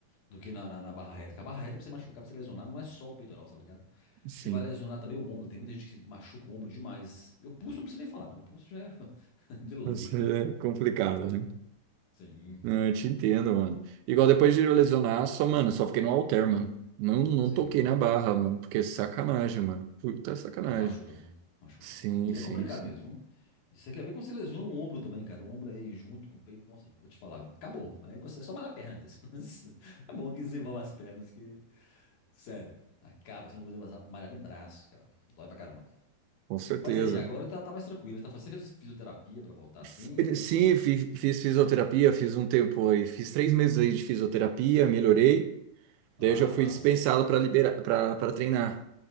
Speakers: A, on the left (about 70°); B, on the right (about 85°).
A: do que na, na, na barra reta. Porque a barra reta, pra você machucar, pra você lesionar, não é só o peitoral, tá ligado?
B: Sim.
A: Você vai lesionar também o ombro. Tem muita gente que machuca o ombro demais. E o pulso não precisa nem falar, né? O pulso já é <laughs> de lei.
B: Isso é complicado, né?
A: Sim,
B: Não, Eu te entendo, mano. Igual depois de lesionar, só, mano, só fiquei no halter, mano. Não, não
A: sim.
B: toquei na barra, mano, porque é sacanagem, mano. Puta sacanagem.
A: Não, machuca, viu? Machuca.
B: Sim,
A: E
B: sim,
A: é complicado
B: sim.
A: mesmo, viu? E Você quer ver como você lesiona o ombro também, cara. O ombro aí junto com o peito. Nossa, vou te falar, viu? acabou. Aí você- é só malhar a perna mesmo. <laughs> É bom que desenvolva as pernas, que. Sério, acaba. Você não consegue passar- malhar nem braço, cara. Dói pra caramba.
B: Com certeza.
A: Mas aí, agora tá, tá mais tranquilo. Tá, fa- você fez fisioterapia pra voltar
B: F-
A: assim? Como
B: Sim,
A: é que foi?
B: fi- fiz fisioterapia, fiz um tempo aí, fiz três meses aí de fisioterapia, melhorei. Daí
A: Ah,
B: eu já fui
A: massa.
B: dispensado para liberar, para treinar.